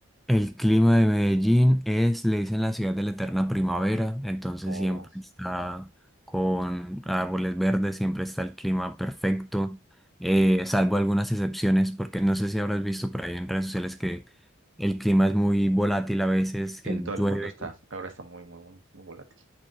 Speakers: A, in the centre; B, on the right (about 70°).
A: El clima de Medellín es, le dicen la ciudad de la eterna primavera, entonces
B: o
A: siempre está con árboles verdes, siempre está el clima perfecto, eh, salvo algunas excepciones, porque no sé si habrás visto por ahí en redes sociales que el clima es muy volátil a veces,
B: en
A: que
B: todo el
A: llueve.
B: mundo está. Ahora está muy, muy, muy, muy volátil.